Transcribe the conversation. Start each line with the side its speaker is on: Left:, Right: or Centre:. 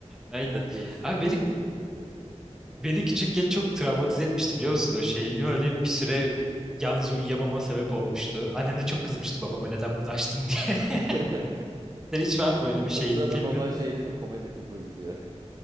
Centre: Aynen.
Right: Okuyorsun
Centre: Abi
Right: bu
Centre: beni,
Right: of çok kötü bu.
Centre: beni küçükken çok travmatize etmişti biliyor musun o şey? Öyle bir süre yalnız uyuyamama sebep olmuştu. Annem de çok kızmıştı babama neden bunu açtın diye.
Right: <laughs>
Centre: <laughs> Senin hiç var mı böyle bir şeyin,
Right: O sırada
Centre: filmin?
Right: baban şey değil mi komedi filmi izliyor.